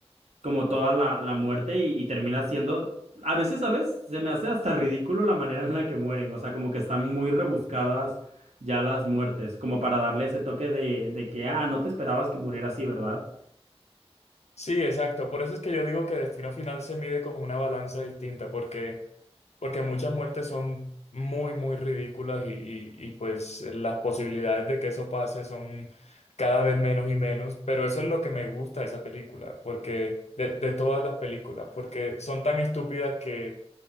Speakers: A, on the right; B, on the left.
A: como toda la, la muerte y, y termina siendo, a veces, ¿sabes? Se me hace hasta ridículo la manera en la que mueren, o sea, como que están muy rebuscadas ya las muertes, como para darle ese toque de, de que, ah, no te esperabas que muriera así, ¿verdad?
B: Sí, exacto. Por eso es que yo digo que Destino Final se mide con una balanza distinta, porque Porque muchas muertes son muy, muy ridículas y, y- y, pues las posibilidades de que eso pase son cada vez menos y menos, pero eso es lo que me gusta de esa película, porque de, de todas las películas, porque son tan estúpidas que